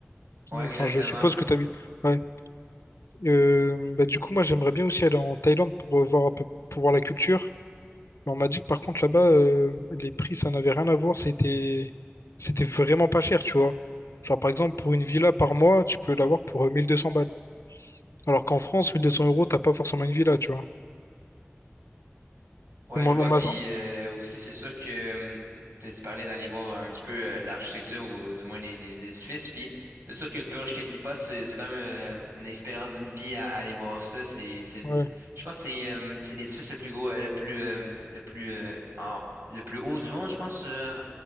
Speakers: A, on the right; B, on the left.
A: ouais, exactement.
B: Enfin, je suppose que t'habites. Ouais. Euh, bah, du coup, moi, j'aimerais bien aussi aller en Thaïlande pour euh, voir un peu, pour voir la culture. Mais on m'a dit que par contre là-bas, euh, les prix, ça n'avait rien à voir. C'était, c'était vraiment pas cher, tu vois. Genre par exemple, pour une villa par mois, tu peux l'avoir pour euh, 1200 balles. Alors qu'en France, 1200 euros, t'as pas forcément une villa, tu vois.
A: Ouais,
B: Et moi,
A: je vois.
B: on m'a-
A: Puis euh, aussi, c'est sûr que hum, tu sais, tu parlais d'aller voir un petit peu euh, l'architecture ou du moins les, les édifices. Puis c'est sûr que le Burj Khalifa, c'est c'est quand même euh, une expérience d'une vie à, à aller voir ça. C'est, c'est,
B: ouais.
A: je pense que c'est hum, c'est l'édifice le plus gros, euh, le plus, euh, le plus, euh, en- le plus haut du monde, je pense, euh,